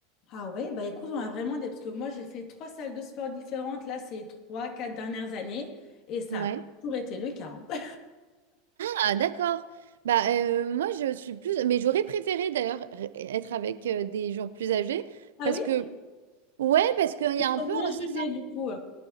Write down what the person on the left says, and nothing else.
Ah ouais, bah écoute, on a vraiment des... Parce que moi, j'ai fait trois salles de sport différentes, là, ces trois, quatre dernières années, et ça
a toujours été le cas. hein. <laughs>
Ah
oui?
Faut
Bien
jugé,
du coup.